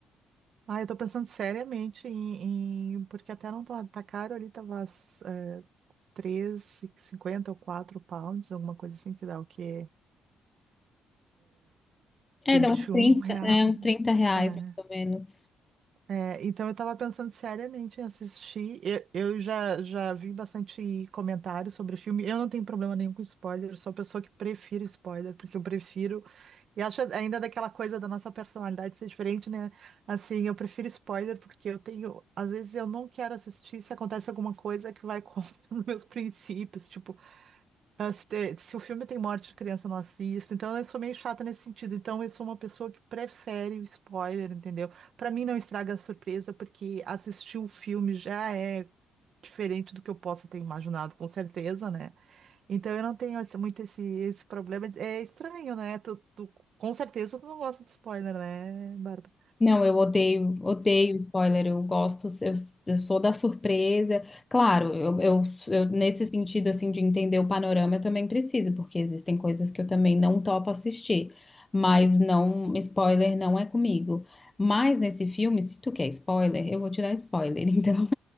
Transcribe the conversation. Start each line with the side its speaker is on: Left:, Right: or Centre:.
Right: Ah, eu tô pensando seriamente em, em- porque até não tá, tá caro ali, tava é, três e cinquenta ou 4 pounds, alguma coisa assim, que dá o quê?
Left: É,
Right: vinte
Left: dá uns 30
Right: e um reais.
Left: é, uns trinta reais,
Right: É.
Left: mais ou menos.
Right: É, então eu tava pensando seriamente em assistir. Eu, eu já, já vi bastante comentários sobre o filme. Eu não tenho problema nenhum com spoiler, sou pessoa que prefiro spoiler, porque eu prefiro. E acho ainda daquela coisa da nossa personalidade ser diferente, né? Assim, eu prefiro spoiler porque eu tenho. Às vezes eu não quero assistir se acontece alguma coisa que vai contra <laughs> os meus princípios. Tipo, ah, Se, te- se o filme tem morte de criança, eu não assisto. Então, eu sou meio chata nesse sentido. Então, eu sou uma pessoa que prefere o spoiler, entendeu? Pra mim, não estraga a surpresa, porque assistir o filme já é diferente do que eu possa ter imaginado, com certeza, né? Então, eu não tenho esse- muito esse, esse problema. É estranho, né? Tu, tu- com certeza, tu não gosta de spoiler, né, Bárbara?
Left: Não, eu odeio, odeio spoiler, eu gosto, eu, eu sou da surpresa. Claro, eu, eu, eu- nesse sentido, assim, de entender o panorama, eu também preciso, porque existem coisas que eu também não topo assistir, mas não, spoiler não é comigo. Mas nesse filme, se tu quer spoiler, eu vou te dar spoiler, <laughs> então.